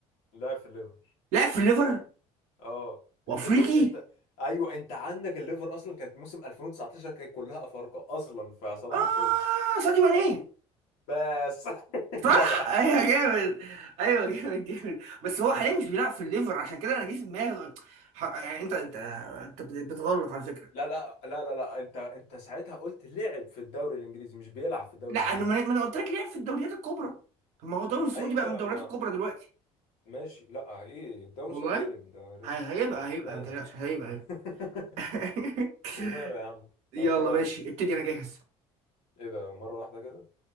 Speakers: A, on the left; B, on the right.
A: لاعب في الليفر
B: لعب في ليفر
A: اه
B: وافريقي
A: انت شوف انت ايوه انت عندك الليفر اصلا كانت موسم 2019 كان كلها افارقه اصلا فصباح
B: اه
A: الفل
B: ساديو ماني
A: بس
B: صح
A: <laughs> جدع
B: ايوه جامد ايوه جامد جامد بس هو حاليا مش بيلعب في الليفر عشان كده انا جه في دماغي ح- يعني انت انت انت بت- بتغلط على فكره
A: لا لا لا لا لا انت انت ساعتها قلت لعب في الدوري الانجليزي مش بيلعب في الدوري
B: لا
A: الانجليزي
B: انا ما ما انا قلت لك لعب في الدوريات الكبرى طب ما هو الدوري السعودي
A: ايوه
B: بقى من الدوريات
A: ما
B: الكبرى دلوقتي
A: ماشي لا ايه الدوري
B: والله
A: السعودي ايه اللي من دوريات
B: هي-
A: الكبرى
B: هيبقى هيبقى
A: لا
B: ما
A: يا
B: تقلقش
A: عم
B: هيبقى
A: <laughs>
B: هيبقى <laughs>
A: وماله يا عم
B: يلا
A: طب خلاص
B: ماشي ابتدي انا جاهز
A: ايه ده مره واحده كده